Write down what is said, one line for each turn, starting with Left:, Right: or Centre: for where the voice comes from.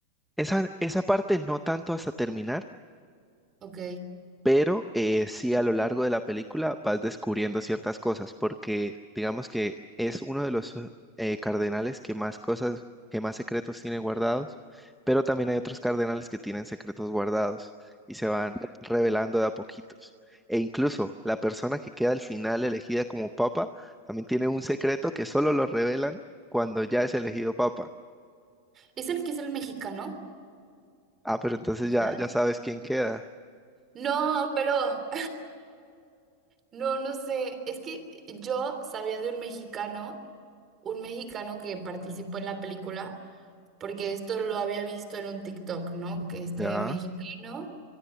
Centre: Esa, esa parte no tanto hasta terminar,
Right: Ok.
Centre: pero eh, sí a lo largo de la película vas descubriendo ciertas cosas, porque digamos que es uno de los eh, cardenales que más cosas, que más secretos tiene guardados, pero también hay otros cardenales que tienen secretos guardados y se van revelando de a poquitos. E incluso la persona que queda al final elegida como papa también tiene un secreto que solo lo revelan cuando ya es elegido papa.
Right: ¿Es el que es el mexicano?
Centre: Ah, pero entonces
Right: Quizás.
Centre: ya, ya sabes quién queda.
Right: No, pero... No, no sé. Es que yo sabía de un mexicano, un mexicano que participó en la película, porque esto lo había visto en un TikTok, ¿no? Que este
Centre: Ya.
Right: mexicano